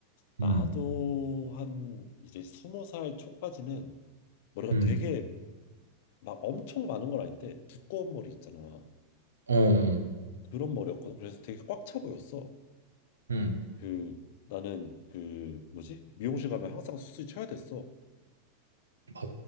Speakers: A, on the left (about 50°); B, on the right (about 75°).
A: 나도
B: 음,
A: 한 이제 스무 살 초까지는 머리가
B: 음,
A: 되게 막 엄청 많은 건 아닌데 두꺼운 머리 있잖아.
B: 어,
A: 그런 머리였거든. 그래서 되게 꽉 차 보였어.
B: 음,
A: 그 나는 그 뭐지? 미용실 가면 항상 수술 쳐야 됐어.
B: 봐